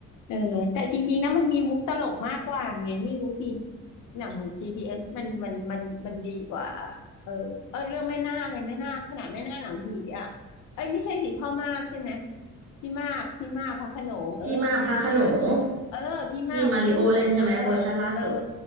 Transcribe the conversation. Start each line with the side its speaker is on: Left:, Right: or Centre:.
Left: เออแต่จริงๆนะมันมีมุกตลกมากกว่าไงไม่รู้สิหนังของ GPS มันมันมันมันดีกว่าเออเออเรื่องแม่นาคไงแม่นาคขนาดแม่นาคหนังผีอ่ะเอ้ยไม่ใช่สิพ่อมากใช่ไหมพี่มากพี่มากพระโขนงเออไม่ใช่แม่นาค
Right: พี่มากพระโขนง
Left: เออพี่มากเพราะพี่หนุ่มเออ
Right: ที่มาริโอเล่นใช่ไหมเวอร์ชันล่าสุด
Left: เออ